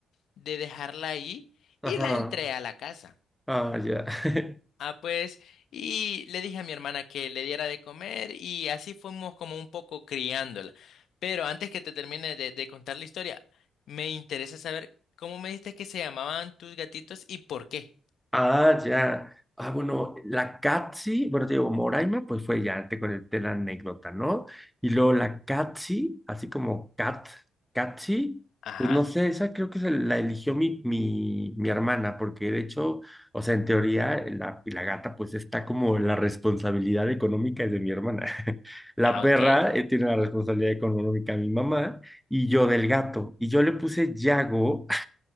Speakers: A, on the left; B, in the centre.
A: de dejarla ahí
B: ajá,
A: y la entré a la casa.
B: ah, ya. <laughs>
A: Ah, pues, y le dije a mi hermana que le diera de comer y así fuimos como un poco criándola. Pero antes que te termine de, de contar la historia, me interesa saber cómo me dijiste que se llamaban tus gatitos y por qué.
B: Ah, ya. Ah, bueno, la Catsi, bueno, te digo, Moraima, pues fue ya, te conté la anécdota, ¿no? Y luego la Catsi, así como Cat, Catsi,
A: Ajá.
B: pues no sé, esa creo que se la eligió mi, mi, mi hermana, porque de hecho, o sea, en teoría, eh, la, la gata, pues está como la responsabilidad económica es de mi hermana. <laughs> La
A: Ah,
B: perra,
A: ok.
B: eh, tiene la responsabilidad económica de mi mamá, y yo del gato. Y yo le puse Yago